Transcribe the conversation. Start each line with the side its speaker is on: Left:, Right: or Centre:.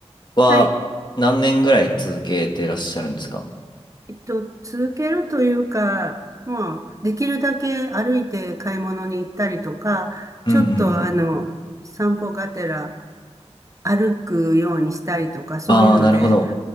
Left: は何年ぐらい続けてらっしゃるんですか
Right: はい。えっと、続けるというか、まあ、できるだけ歩いて買い物に行ったりとか、
Left: うんうんう
Right: ちょっとあの、
Left: ん。
Right: 散歩がてら歩くようにしたりとか、そういうので、
Left: ああなるほど。